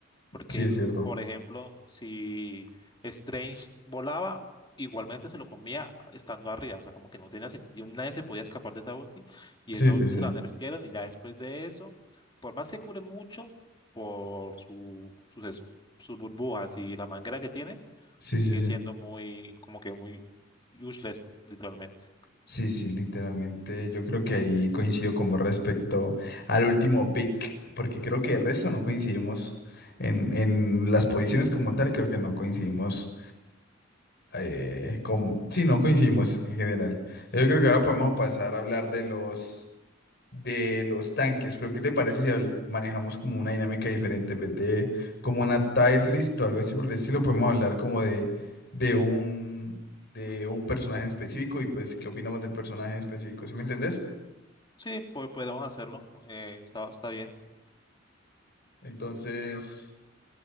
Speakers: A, on the left; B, on the left.
A: Porque,
B: Sí, es
A: el-
B: cierto.
A: por ejemplo, si Strange volaba, igualmente se lo comía estando arriba. O sea, como que no tenía sentido. Nadie se podía escapar de esa ulti. Y
B: Sí,
A: esa
B: sí,
A: ulti
B: sí.
A: se la nerfearon. Y ya después de eso, por más que cure mucho por su, sus, es- sus burbujas y la manguera que tiene,
B: Sí,
A: sigue
B: sí, sí.
A: siendo muy, como que muy useless, literalmente.
B: Sí, sí, literalmente. Yo creo que ahí coincido con vos respecto al último pick, porque creo que de resto no coincidimos en, en las posiciones como tal, creo que no coincidimos eh, con... Sí, no coincidimos en general. Yo creo que ahora podemos pasar a hablar de los de los tanques, pero ¿qué te parece si habl- manejamos como una dinámica diferente? En vez de como una tier list o algo así por el estilo, podemos hablar como de, de un, de un personaje en específico y pues qué opinamos del personaje en específico, ¿sí me entendés?
A: Sí, pues podemos hacerlo. Eh, está, está bien.
B: Entonces,